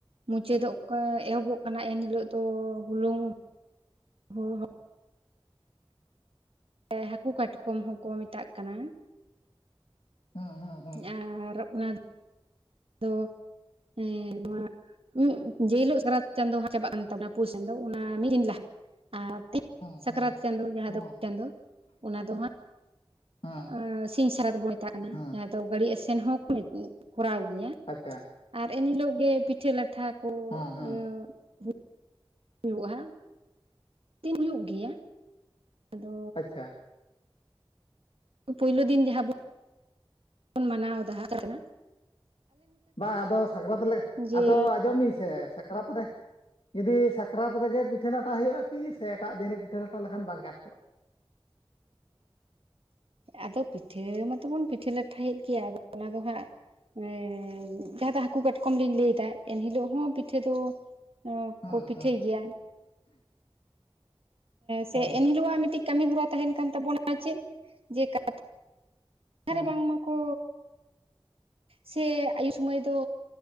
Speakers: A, on the right; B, on the left.
A: ᱢᱩᱪᱟᱹᱫᱚᱜ ᱠᱟᱱᱟ ᱮᱦᱚᱵᱚᱜ ᱠᱟᱱᱟ ᱮᱱᱦᱤᱞᱳᱜ ᱫᱚ ᱦᱩᱞᱩᱝ <unintelligible> ᱮᱸ ᱦᱟᱹᱠᱩ ᱠᱟᱴᱠᱚᱢ ᱦᱚᱸᱠᱚ ᱢᱮᱛᱟᱜ ᱠᱟᱱᱟ᱾
B: ᱦᱮᱸ ᱦᱮᱸ ᱦᱮᱸ᱾
A: ᱟᱨ ᱚᱱᱟ ᱫᱚ ᱮᱸ ᱱᱚᱣᱟ ᱡᱮᱦᱤᱞᱳᱜ ᱥᱟᱨᱟᱛ ᱪᱟᱸᱫᱳ ᱦᱟᱜ ᱪᱟᱵᱟᱜ ᱠᱟᱱ ᱛᱟᱵᱚᱱᱟ ᱯᱩᱥ ᱪᱟᱸᱫᱚ ᱚᱱᱟ ᱢᱤᱫ ᱫᱤᱱ ᱞᱟᱦᱟ ᱟᱨ
B: ᱦᱮᱸ
A: ᱥᱟᱠᱨᱟᱛ
B: ᱦᱮᱸ
A: ᱪᱟᱸᱫᱳ ᱡᱟᱦᱟᱸ
B: ᱦᱮᱸ
A: ᱫᱚ <unintelligible> ᱪᱟᱸᱫᱚᱳ ᱚᱱᱟ ᱫᱚ ᱦᱟᱸᱜ
B: ᱦᱮᱸ
A: ᱮᱸ ᱥᱤᱧ ᱥᱟᱨᱟ ᱫᱚᱵᱚᱱ ᱢᱮᱛᱟᱜ ᱠᱟᱱᱟ
B: ᱦᱮᱸ
A: ᱡᱟᱦᱟᱸ ᱫᱚ ᱜᱟᱹᱲᱤ ᱟᱥᱮᱱ ᱦᱚᱸᱠᱚ ᱠᱚᱨᱟᱣ ᱜᱮᱭᱟ᱾
B: ᱟᱪᱪᱷᱟ᱾
A: ᱟᱨ ᱮᱱᱦᱤᱞᱳᱜ ᱜᱮ ᱯᱤᱴᱷᱟᱹ ᱞᱟᱴᱷᱟ ᱠᱚ <unintelligible>
B: ᱦᱮᱸ ᱦᱮᱸ
A: ᱦᱩᱭᱩᱜ-ᱟ ᱦᱟᱸᱜ᱾ ᱛᱤᱱ ᱦᱩᱭᱩᱜ ᱜᱮᱭᱟ ᱟᱫᱚ
B: ᱟᱪᱪᱷᱟ
A: ᱯᱩᱭᱞᱩ ᱫᱤᱱ ᱡᱟᱦᱟᱸ ᱵᱚ ᱵᱚᱱ ᱢᱟᱱᱟᱣ ᱫᱟ ᱦᱟᱜ <unintelligible>
B: ᱵᱟ ᱟᱫᱚ ᱥᱟᱠᱨᱟᱛ ᱞᱮ
A: ᱡᱮ
B: ᱟᱫᱚ ᱟᱸᱡᱚᱢ ᱵᱤᱱ ᱥᱮ ᱥᱟᱠᱨᱟᱛ ᱨᱮ ᱡᱩᱫᱤ ᱥᱟᱠᱨᱟᱛ ᱨᱮᱜᱮ ᱯᱤᱴᱷᱟᱹ ᱞᱟᱴᱷᱟ ᱦᱩᱭᱩᱜ-ᱟ ᱠᱤ ᱥᱮ ᱮᱴᱟᱜ ᱫᱤᱱ ᱨᱮ ᱯᱤᱴᱷᱟᱹ ᱞᱟᱴᱟ ᱞᱮᱠᱷᱟᱱ ᱵᱟᱝ ᱜᱟᱱ ᱠᱚᱜ-ᱟ?
A: ᱟᱫᱚ ᱯᱤᱴᱷᱟᱹ ᱢᱟᱛᱚᱵᱚᱱ ᱯᱤᱴᱷᱟᱹ ᱞᱟᱴᱷᱟᱭᱮᱫ ᱜᱮᱭᱟ ᱟᱫᱚ ᱚᱱᱟ ᱫᱚ ᱦᱟᱸᱜ ᱮᱸ ᱡᱟᱦᱟᱸᱴᱟᱜ ᱦᱟᱹᱠᱩ ᱠᱟᱴᱠᱚᱢ ᱞᱤᱧ ᱞᱟᱹᱭᱫᱟ ᱮᱱ ᱦᱤᱞᱳᱹᱜ ᱦᱚᱸ ᱯᱤᱴᱷᱟᱹ ᱫᱚ ᱚ
B: ᱦᱮᱸ
A: ᱠᱚ ᱯᱤᱴᱷᱟᱹᱭ
B: ᱦᱮᱸ
A: ᱜᱤᱭᱟ᱾ ᱥᱮ
B: ᱦᱮᱸ
A: ᱮᱱᱦᱤᱞᱳᱜ ᱟᱜ ᱢᱤᱫᱴᱤᱡ ᱠᱟᱹᱢᱤ ᱦᱚᱨᱟ ᱛᱟᱦᱮᱱ ᱠᱟᱱ ᱛᱟᱵᱚᱱᱟ ᱪᱮᱫ ᱡᱮ ᱠᱟ
B: ᱦᱮᱸ
A: ᱨᱮ ᱵᱟᱝᱢᱟ ᱠᱚ
B: <inaudible>
A: ᱥᱮ ᱟᱭᱩ ᱥᱩᱢᱟᱹᱭ ᱫᱚ